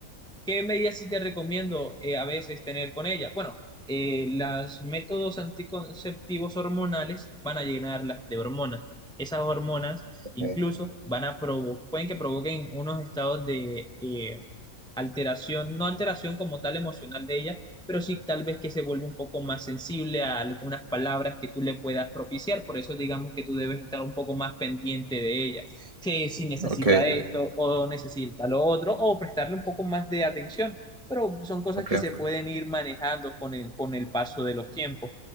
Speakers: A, in the centre; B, on the right.
A: ¿Qué medidas sí te recomiendo eh, a veces tener con ella? Bueno, eh, los métodos anticonceptivos hormonales van a llenarla de hormonas. Esas hormonas
B: ok,
A: incluso van a provo- pueden que provoquen unos estados de eh, alteración, no alteración como tal emocional de ella, pero sí tal vez que se vuelva un poco más sensible a algunas palabras que tú le puedas propiciar. Por eso digamos que tú debes estar un poco más pendiente de ella si, si necesita
B: ok,
A: esto o necesita lo otro, o prestarle un poco más de atención. Pero son cosas
B: ok,
A: que se pueden ir manejando con el, con el paso de los tiempos,